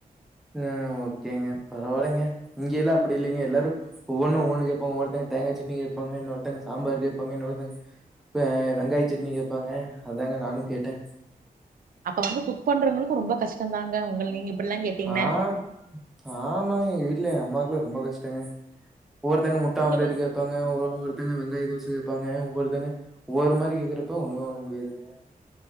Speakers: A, in the centre; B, on the right (about 65°).
A: ஆ ஓகேங்க பரவால்லைங்க இங்க எல்லாம் அப்பிடி இல்லங்க எல்லாரும் ஒவ்வொன்னும் ஒவ்வொன்னு கேப்பாங்க ஒவ்வொருத்தவங்க தேங்காய் சட்னி கேப்பாங்க இன்னொருத்தங்க சாம்பார் கேப்பாங்க இன்னொருத்தங்க ஆ வெங்காய சட்னி கேப்பாங்க அதாங்க நானும் கேட்டேன்
B: அப்ப வந்து குக் பண்றவங்களுக்கு ரொம்ப கஷ்டம்தாங்க உங்கள நீங்க இப்டில்லா கேட்டீங்கன்னா
A: ஆஹ் ஆமாங்க இல்ல அம்மாக்குலாம் ரொம்ப கஷ்டங்க ஒவ்வொருத்தங்க முட்ட
B: உங்க
A: ஆம்லேட் கேப்பாங்க <unintelligible> ங்க வெங்காயோ தோச கேட்பாங்க ஒவ்வொருத்தங்க ஒவ்வொரு மாரி கேக்கறப்ப ஒண்ணுமே பண்ண முடியாதுங்க